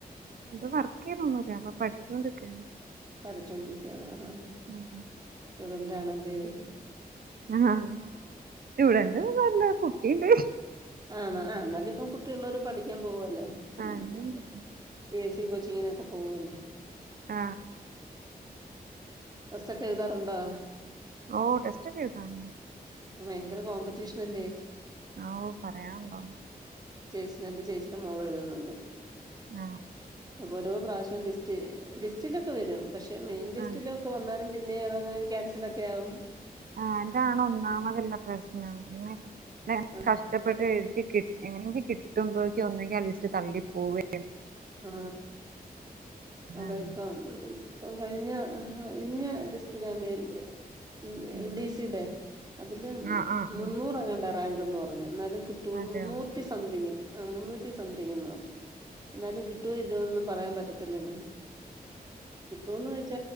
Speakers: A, on the right (about 65°); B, on the right (about 25°).
A: ഇപ്പ വർക്ക് ചെയ്തൊന്നൂല്ല അപ്പൊ പഠിച്ചോണ്ടിക്കാണ്.
B: പഠിച്ചൊണ്ടിരിക്കാണ് ആ ആ
A: ഉം ഉം.
B: സ്റ്റുഡൻ ന്റാണല്ലേ?
A: ആ ഇവിടെണ്ടൂ ല്ല കുട്ടീണ്ട്
B: ആ ആ നല്ല ഇപ്പം കുട്ടീള്ളോരും പഠിക്കാൻ പോവല്ലേ.
A: ആ
B: ഉം
A: ഉണ്ട്
B: എസ് സി കൊച്ചിങ്ങനൊക്കെ പോവല്ലേ
A: ആ
B: ടെസ്റ്റൊക്കെ എഴുതാറുണ്ടോ
A: ഓ ടെസ്റ്റക്കെ എഴുതും
B: ഭയങ്കര കോമ്പറ്റീഷനല്ലേ
A: ആ ഓ പറയാന്ണ്ടോ
B: ചേച്ചി എന്റെ ചേച്ചിന്റെ മോൾ എഴുതുന്നുണ്ട്
A: ഉം
B: അപ്പ ഓരോ പ്രാവശ്യവും ലിസ് ലിസ്റ്റിലൊക്കെ വരും പക്ഷേ ക്ഷ മെയിൻ ലിസ്റ്റിലൊക്കെ
A: ആ
B: വന്നാലും പിന്നെ അതങ്ങ് ക്യാൻസൽ ഒക്കെ ആകും
A: ആ അതാണ് ഒന്നാമതുള്ള പ്രശ്നം <unintelligible>
B: ആഹ്
A: കഷ്ടപ്പെട്ട് എഴുതി എങ്ങനെങ്കി കിട്ടുമ്പോഴെക്ക് ഒന്നുങകിൽ അ ലിസ്റ്റ് തള്ളി പോവേ
B: ആ
A: അതാണ്
B: അതാ ഇപ്പ അ കഴിഞ്ഞ കഴിഞ്ഞ ലിസ്റ്റിലാണ്ടെ <unintelligible>
A: ഉം.
B: എൽ ഡി സിയടെ അതില്
A: ആ ആ
B: മുന്നൂറെങാണ്ട
A: ആ
B: റാങ്ക് ന്ന് പറഞ്ഞു എന്നാലും കിട്ടു
A: അതെയോ
B: മുന്നൂറ്റി സംതിങ്ങ് ആ മുന്നൂറ്റി സംതിങ് എന്നാണ് എന്നാലും കിട്ടുവ ഇല്ലിയൊന്നൊന്നും പറയാൻ പറ്റത്തില്ലല്ലോന്ന് വൊന്നു യ്ച്ച